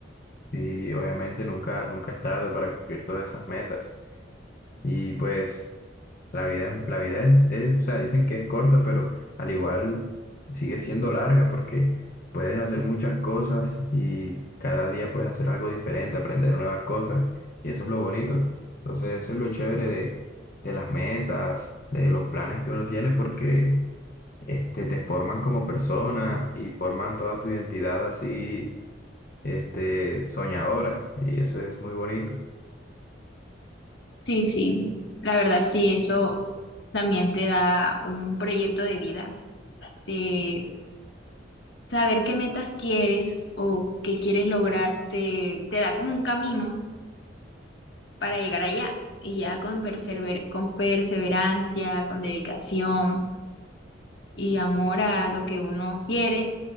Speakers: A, on the left; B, on the left.
A: y obviamente nunca, nunca es tarde para cumplir todas esas metas. Y pues la vida, la vida es, es, o sea, dicen que es corta, pero al igual sigue siendo larga porque puedes hacer muchas cosas y cada día puedes hacer algo diferente, aprender nuevas cosas. Y eso es lo bonito. Entonces, eso es lo chévere de, de las metas, de los planes que uno tiene, porque este, te forman como persona y forman toda tu identidad así, este, soñadora. Y eso es muy bonito.
B: Sí, sí, la verdad sí, eso también te da un proyecto de vida, de saber qué metas quieres o qué quieres lograr, te, te da como un camino para llegar allá. Y ya con persever- con perseverancia, con dedicación y amor a lo que uno quiere,